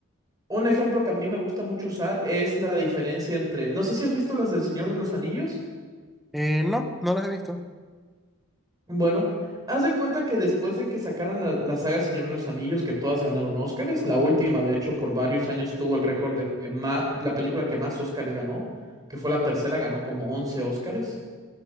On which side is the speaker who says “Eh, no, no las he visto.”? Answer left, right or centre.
Centre